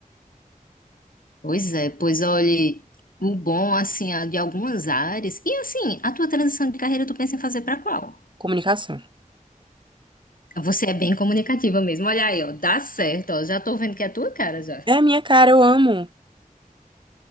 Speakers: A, on the left (about 80°); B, on the right (about 35°).
A: Pois é, pois olhe, o bom assim é de algumas áreas. E assim, a tua transição de carreira tu pensa em fazer pra qual?
B: comunicação.
A: Você é bem comunicativa mesmo. Olha aí, ó, dá certo, ó. Já tô vendo que é a tua cara já.
B: É a minha cara, eu amo.